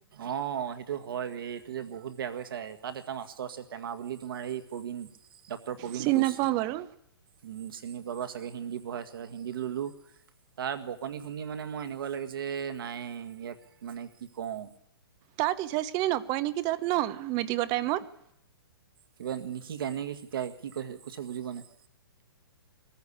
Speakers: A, on the right (about 60°); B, on the right (about 30°).
A: অ, সেই এইটো হয় ৰে এইটো যে বহুত বেয়াকৈ চাই তাত এটা মাষ্টৰ আছে টেমা বুলি তোমাৰ এই প্ৰবীণ ডক্টৰ প্ৰবীণ
B: চিনি
A: কোচ।
B: নাপাওঁ বাৰু
A: উম, চিনি পাবা চাগে হিন্দী পঢ়াইছে হিন্দী লোলো। তাৰ বকনি শুনি মানে মই এনেকুৱা লাগে যে নাই ইয়াক মানে কি কওঁ
B: তাৰ টিচাৰ্জখিনি নপৰে নেকি তাত ন' মেট্ৰিকৰ টাইমত?
A: কিবা নিশিকায় নে কি শিকায় কি কৈছে- কৈছে বুজি পোৱা নাই।